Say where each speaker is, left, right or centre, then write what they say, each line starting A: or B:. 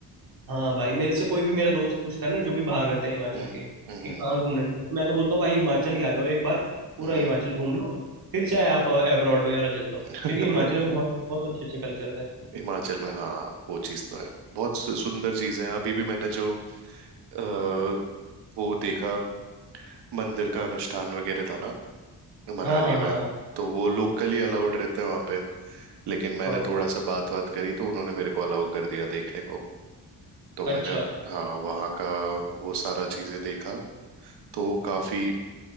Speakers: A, on the right; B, on the right.
A: हाँ भाई मेरे से कोई भी मेरा दोस्त पूछता है ना जो भी बाहर रहते हैं हिमाचल
B: हम्म
A: के
B: हम्म
A: कि कहाँ घूमना चाहिए तो मैं तो बोलता हूँ भाई हिमाचल ही आ जाओ एक बार पूरा
B: हम्म
A: हिमाचल घूम लो फिर चाहे आप अब्रॉड वगैरह चल जाओ
B: <laughs>
A: क्योंकि हिमाचल में बहुत बहुत अच्छे अच्छे कल्चर हैं
B: हिमाचल में हाँ वो चीज तो है बहुत सु- सुंदर चीजें हैं अभी भी मैंने जो अ, वो देखा मंदिर का अनुष्ठान वगैरह था ना मनाली
A: हाँ हाँ हाँ
B: में तो वो लोकली अलाउड रहते हैं वहां पे लेकिन मैंने
A: हाँ
B: थोड़ा सा बात बात करी तो उन्होंने मेरे को अलाउ कर दिया देखने को तो
A: अच्छा
B: मैंने हाँ वहाँ का वो सारा चीजें देखा तो वो काफी